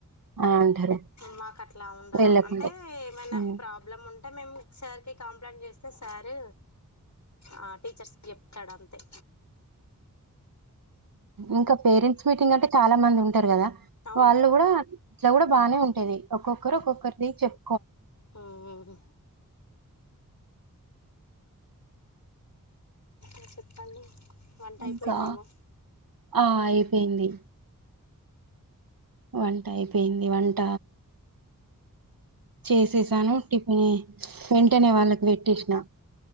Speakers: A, on the right (about 80°); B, on the left (about 55°).
A: అని అంటారు
B: మాకు అట్లా ఉండదు
A: వెళ్ళకుంటే
B: అంటే ఏమైనా
A: మ్
B: ప్రాబ్లమ్ ఉన్ అంటే మేము సారికి కంప్లైంట్ చేస్తే సారు ఆ టీచర్స్ కి చెప్తాడు అంతే
A: ఇంకా పేరెంట్స్ మీటింగ్ అంటే చాలా మంది ఉంటారు కదా
B: అవును
A: వాళ్ళు కూడా ఇట్లా కూడా బాగానే ఉంటేది ఒక్కొక్కరు ఒక్కొక్కరిది చెప్
B: ఉమ్ అ చెప్పండి వంట అయిపోయిందేమో
A: ఇంకా ఆ అయిపోయింది వంట అయిపోయింది వంట చేసేసాను టిఫిన్ వెంటనే వాళ్ళకి పెట్టేసినా